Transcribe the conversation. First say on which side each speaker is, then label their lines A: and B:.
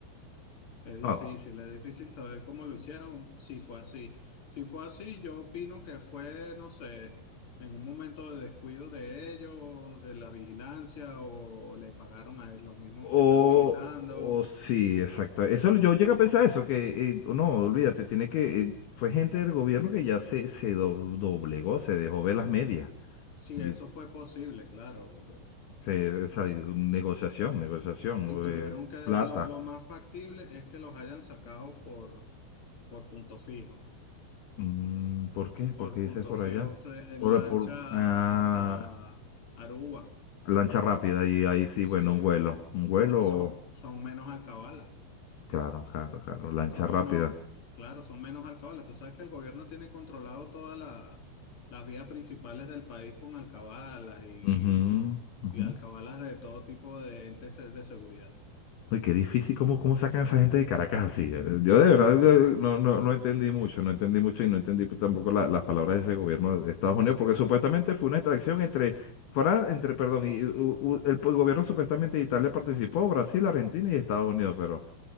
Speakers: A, on the left; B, on the left.
A: Es difícil,
B: Ah,
A: es difícil saber cómo lo hicieron, si fue así. Si fue así, yo opino que fue, no sé, en un momento de descuido de ellos, de la vigilancia, o le pagaron a los mismos
B: O,
A: que estaban vigilando.
B: o sí, exacto. Eso yo llegué a pensar eso, que eh, no, olvídate, tiene que, eh, fue gente del gobierno que ya se, se do- doblegó, se dejó ver las medias.
A: Si
B: Li-
A: eso fue posible, claro. porque-
B: Sí, esa di- negociación, negociación,
A: Y
B: o,
A: tuvieron
B: eh,
A: que,
B: plata.
A: lo, lo más factible es que los hayan sacado por, por punto fijo,
B: Mm, ¿por qué? ¿Por
A: por
B: qué dices
A: punto
B: por
A: fijo,
B: allá?
A: o sea, en
B: Por,
A: lancha
B: por ah,
A: hasta Aruba.
B: lancha rápida, y ahí sí,
A: Sí,
B: bueno, un vuelo. Un vuelo,
A: Ah, son, son menos alcabalas.
B: claro, claro, claro, lancha
A: Son
B: rápida.
A: menos, claro, son menos alcabalas. Tú sabes que el gobierno tiene controlado todas la- las vías principales del país con alcabalas y,
B: Ujú, ujú.
A: y alcabalas de todo tipo de entes de seguridad.
B: Uy, qué difícil, ¿cómo, cómo sacan a esa gente de Caracas así? Eh, Yo de verdad yo no, no, no entendí mucho, no entendí mucho y no entendí pues, tampoco la- las palabras de ese gobierno de Estados Unidos, porque supuestamente fue una extracción entre, Fra- entre, perdón, y, u- u- el po- gobierno supuestamente de Italia participó, Brasil, Argentina y Estados Unidos, pero,